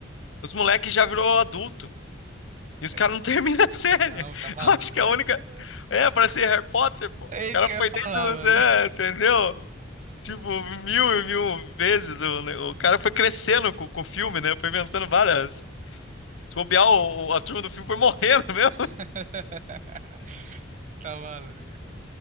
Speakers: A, on the left; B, on the right.
A: Os moleques já virou adulto. E os
B: <laughs>
A: caras não <laughs> terminam a série.
B: Não,
A: <laughs>
B: tá maluco,
A: Eu acho que a única.
B: velho.
A: É, pra ser Harry Potter, pô.
B: É
A: O
B: isso
A: cara
B: que
A: foi
B: eu ia falar,
A: desde os
B: mano.
A: É, entendeu? Tipo, mil e mil vezes. O, ne- o cara foi crescendo com, com o filme, né? Foi inventando várias. Se bobear, o, o- a turma do filme foi morrendo <laughs> mesmo.
B: <laughs> Tá maluco.